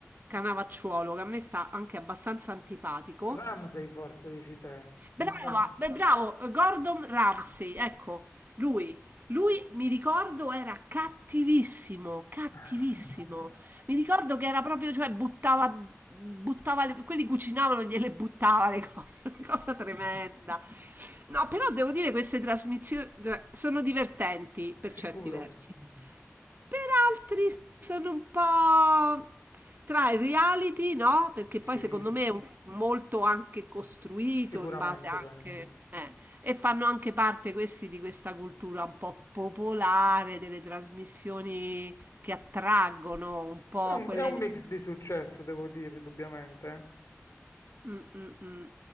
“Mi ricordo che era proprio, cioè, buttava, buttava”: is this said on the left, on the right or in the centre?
Right